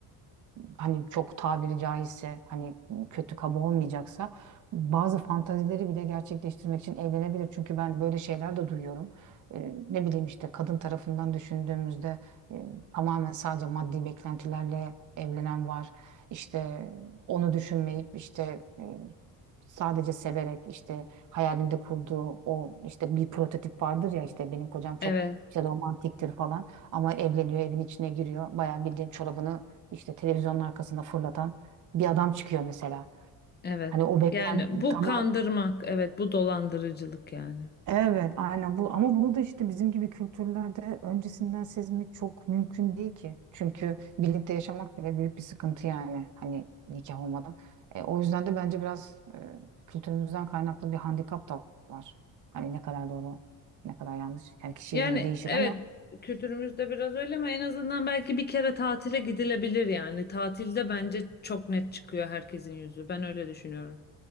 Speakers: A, on the right; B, on the left.
A: hani çok tabiri caizse hani kötü kaba olmayacaksa bazı fantazileri bile gerçekleştirmek için evlenebilir. Çünkü ben böyle şeyler de duyuyorum. Ee, ne bileyim işte kadın tarafından düşündüğümüzde e, tamamen sadece maddi beklentilerle evlenen var. İşte onu düşünmeyip işte sadece severek işte hayalinde kurduğu o işte bir prototip vardır ya işte benim kocam çok
B: Evet,
A: işte romantiktir falan ama evleniyor evin içine giriyor bayağı bildiğin çorabını işte televizyonun arkasına fırlatan bir adam çıkıyor mesela.
B: evet.
A: Hani o beklen
B: Yani bu
A: tamam
B: kandırmak, evet bu dolandırıcılık yani.
A: Evet, aynen bu ama bunu da işte bizim gibi kültürlerde öncesinden sezmek çok mümkün değil ki. Çünkü birlikte yaşamak bile büyük bir sıkıntı yani hani nikah olmadan. E, o yüzden de bence biraz e, kültürümüzden kaynaklı bir handikap da var. Hani ne kadar doğru, ne kadar yanlış. Yani kişiye
B: Yani
A: göre değişir
B: evet
A: ama
B: kültürümüzde biraz öyle ama en azından belki bir kere tatile gidilebilir yani. Tatilde bence çok net çıkıyor herkesin yüzü. Ben öyle düşünüyorum.